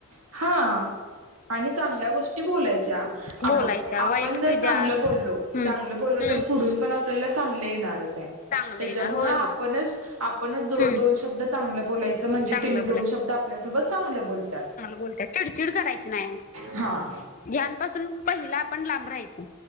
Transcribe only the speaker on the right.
हा आणि चांगल्या गोष्टी बोलायच्या अ
बघ आपण
जर
चांगलं बोललो
चांगलं बोललो
तर फुडून पण आपल्याला चांगलं येणारच
त्याच्यामुळे
आपण
आपण
दोन शब्द चांगलं बोलायचं म्हणजे
तेनी दोन शब्द आपल्यासोबत चांगले बोलतात
हा